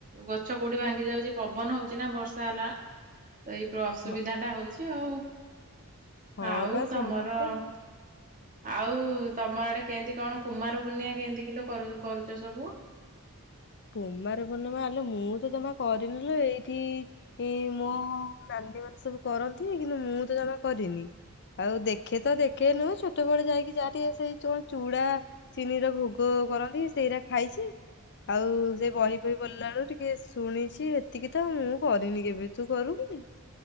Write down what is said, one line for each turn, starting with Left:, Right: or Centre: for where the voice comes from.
Right: ଗଛ କୋଉଠି ଭାଙ୍ଗି ଯାଉଛି ପବନ ହଉଛି ନା ବର୍ଷା ହେଲା ତ ଏଇ ତ ଅସୁବିଧାଟା
Left: ହଁ
Right: ହଉଛି ଆଉ।
Left: ହଁ
Right: ଆଉ
Left: ବା ସେମିତି
Right: ତମର
Left: ତ ଆଉ।
Right: ଆଉ ତମ ଆଡେ କେଏଁତି କଣ କୁମାରପୁନିଆ କେମିତି କିଲୋ କରୁଚ ସବୁ?
Left: କୁମାର ପୂର୍ଣ୍ଣିମା ଆଲୋ ମୁଁ ତ ଜମା କରିନି ଲୋ, ଏଇଠି ଏଇ ମୋ ନାନୀ ମାନେ ସବୁ କରନ୍ତି, କିନ୍ତୁ ମୁଁ ତ ଜମା କରିନି। ଆଉ ଦେଖେ ତ ଦେଖେ ନୁହେଁ ଛୋଟ ବେଳେ ଯାଇକି ଯାହା ଟିକିଏ ସେଇ ଯୋଉ ଚୁଡା ଚିନି ର ଭୋଗ କରନ୍ତି, ସେଇରା ଖାଇଛି। ଆଉ ସେ ବହି ଫଇ ପଢିଲା ବେଳକୁ ଟିକେ ଶୁଣିଛି ଏତିକି ତ ମୁଁ କରିନି କେବେ, ତୁ କରୁ କି?